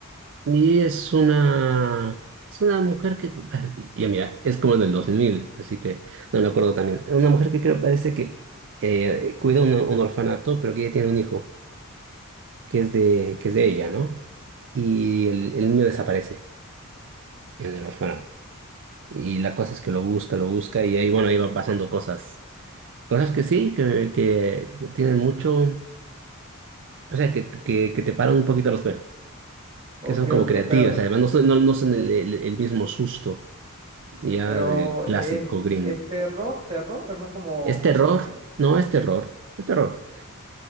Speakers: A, on the right (about 60°); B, on the right (about 30°).
A: Y es una, es una mujer que, <laughs> y mira, es como del 2000 así que no me acuerdo también. Una mujer que creo parece que eh, cuida un, un orfanato, pero que ella tiene un hijo, que es de, que es de ella, ¿no? Y el, el niño desaparece en el orfanato. Y la cosa es que lo busca, lo busca, y ahí, bueno, ahí van pasando cosas. Cosas que sí, que, que tienen mucho, o sea, que, que, que te paran un poquito los pelos,
B: Ok,
A: que son como
B: ok,
A: creativas,
B: pero,
A: además no, son- no, no son el el- el mismo susto ya
B: pero
A: de clásico
B: es,
A: gringo.
B: es terror, terror, es más como,
A: ¿Es
B: como
A: terror? No es terror, es terror.